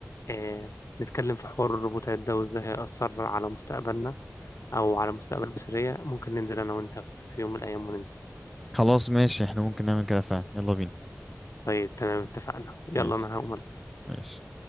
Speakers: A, on the left (about 75°); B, in the centre.
A: آه نتكلم في حوار الروبوتات ده وإزاي هيأثر على مستقبلنا أو على مستقبل بشرية ممكن ننزل أنا وأنت في يوم من الأيام وننزل
B: خلاص ماشي احنا ممكن نعمل كده فعلا يلا بينا
A: طيب تمام اتفقنا يلا
B: ماشي
A: أنا هقوم
B: ماشي